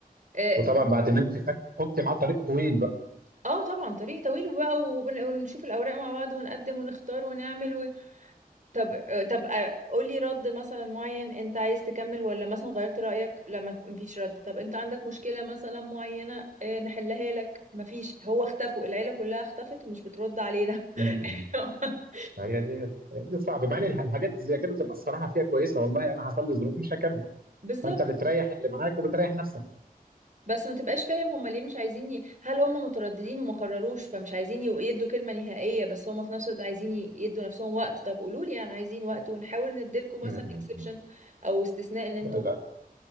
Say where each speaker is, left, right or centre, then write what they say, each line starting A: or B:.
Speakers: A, on the right; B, on the right.
A: اه
B: وطبعا بعد ما انت خدت خدت معاه طريق طويل بقى
A: آه، طبعا طريق طويل بقى وبن- ونشوف الأوراق مع بعض ونقدم ونختار ونعمل طب آه، طب آه، قولي رد مثلا معين انت عايز تكمل ولا مثلا غيرت رأيك لما مفيش رد طب انت عندك مشكلة مثلا معينة آه، نحلها لك مفيش هو اختفوا العيلة كلها اختفت ومش بترد علينا <laughs>
B: امم هي دي هي دي صعبه مع ان الح- الحاجات زي كده تبقى الصراحه فيها كويسه والله انا حصل لي ظروف مش هكمل
A: بالظبط
B: فانت بتريح اللي معاك وبتريح نفسك
A: بس ما تبقاش فاهم هما ليه مش عايزين ي... هل هما مترددين وما قرروش فمش عايزين يو- يدوا كلمة نهائية بس هما في نفس الوقت عايزين ي- يدوا نفسهم وقت طب قولوا لي يعني عايزين وقت ونحاول نديلكم مثلا
B: م- م-
A: اكسبشن
B: م.
A: او استثناء ان انتوا
B: لا لا